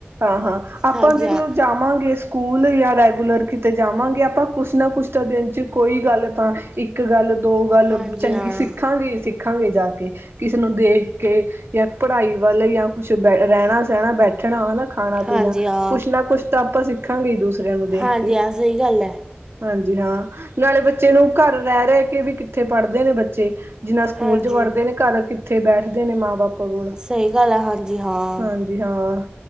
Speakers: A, on the right; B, on the right.
A: ਹਾਂ-ਹਾਂ ਆਪਾਂ
B: ਹਾਂਜੀ
A: ਦੇਖ
B: ਹਾਂ
A: ਲਓ ਜਾਵਾਂਗੇ। ਸਕੂਲ ਯਾ ਰੈਗੂਲਰ ਕਿਤੇ ਜਾਵਾਂਗੇ, ਆਪਾਂ ਕੁਛ ਨਾ ਕੁਛ ਤਾਂ, ਦਿਨ 'ਚ ਕੋਈ ਗੱਲ ਤਾਂ। ਇੱਕ ਗੱਲ ਦੋ ਗੱਲ
B: ਹਾਂਜੀ
A: ਚੰਗੀ
B: ਹਾਂ
A: ਸਿੱਖਾਂਗੇ ਸਿੱਖਾਂਗੇ ਜਾ ਕੇ ਕਿਸੇ ਨੂੰ ਦੇਖ ਕੇ ਜਾਂ ਪੜ੍ਹਾਈ ਵੱਲ ਜਾਂ ਕੁਛ ਬ ਰਹਿਣਾ ਸਹਿਣਾ ਬੈਠਣਾ ਹੈਨਾ ਖਾਣਾ ਪੀਣਾ
B: ਹਾਂਜੀ ਹਾਂ
A: ਕੁਛ ਨਾ ਕੁਛ ਤਾਂ ਆਪਾਂ ਸਿੱਖਾਂਗੇ ਦੂਸਰਿਆਂ ਨੂੰ ਦੇਖ
B: ਹਾਂਜੀ
A: ਕੇ
B: ਹਾਂ ਸਹੀ ਗੱਲ ਹੈ
A: ਹਾਂਜੀ ਹਾਂ ਨਾਲੇ ਬੱਚੇ ਨੂੰ ਘਰ ਰਹਿ-ਰਹਿ ਕੇ ਵੀ ਕਿੱਥੇ ਪੜ੍ਹਦੇ ਨੇ ਬੱਚੇ ਜਿੰਨਾ ਸਕੂਲ
B: ਹਾਂਜੀ
A: ਚ ਪੜਦੇ ਨੇ ਘਰ ਅ ਕਿੱਥੇ ਬੈਠਦੇ ਨੇ ਮਾਂ ਬਾਪ ਕੋਲ
B: ਸਹੀ ਗੱਲ ਏ, ਹਾਂਜੀ ਹਾਂ
A: ਹਾਂਜੀ ਹਾਂ